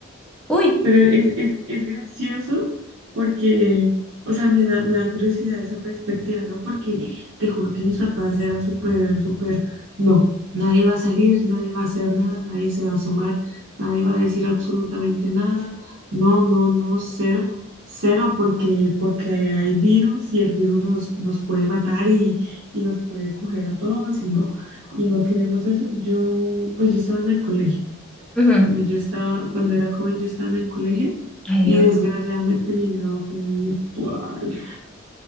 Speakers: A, in the centre; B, on the right (about 65°).
A: Uy.
B: Pero es, es, es gracioso porque, o sea, me da, me da curiosidad esa perspectiva, ¿no? Porque te juro que mis papás eran súper, súper, no, nadie va a salir, nadie va a hacer nada, nadie se va a asomar, nadie va a decir absolutamente nada, no, no, no, cero, cero, porque, porque hay virus y el virus nos, nos puede matar y, y nos puede coger a todos y no, y no queremos eso. Yo, pues yo estaba en el colegio.
A: Ujú.
B: Cuando yo estaba, cuando era COVID, yo estaba en el colegio
A: Ay,
B: y
A: Dios.
B: desgraciadamente mi grado fue virtual.